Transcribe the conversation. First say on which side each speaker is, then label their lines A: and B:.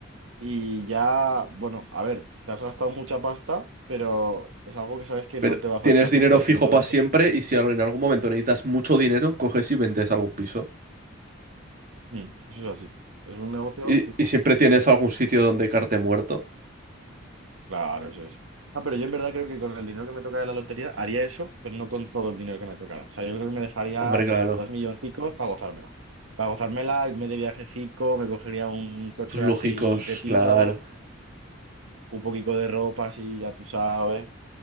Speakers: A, on the right; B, on the right.
A: y ya, bueno, a ver, te has gastado mucha pasta, pero es algo que sabes que
B: Pero
A: no te va a
B: tienes
A: faltar
B: dinero
A: nunca
B: fijo
A: y ciento
B: para
A: veinte
B: siempre
A: mil,
B: y si al- en algún momento necesitas mucho dinero, coges y vendes algún piso.
A: mm, eso es así, es un negocio
B: Y,
A: fijo,
B: y siempre tienes algún sitio donde carte muerto.
A: claro, eso es. Ah, pero yo en verdad creo que con el dinero que me tocara de la lotería haría eso, pero no con todo el dinero que me tocara. O sea, yo creo que me dejaría,
B: Hombre,
A: yo
B: claro.
A: qué sé, dos milloncicos para gozármela. Para gozármela, irme de viajecico, me cogería un coche
B: Tus lógicos,
A: así pepino,
B: claro.
A: un poquito de ropa así, ya tú sabes.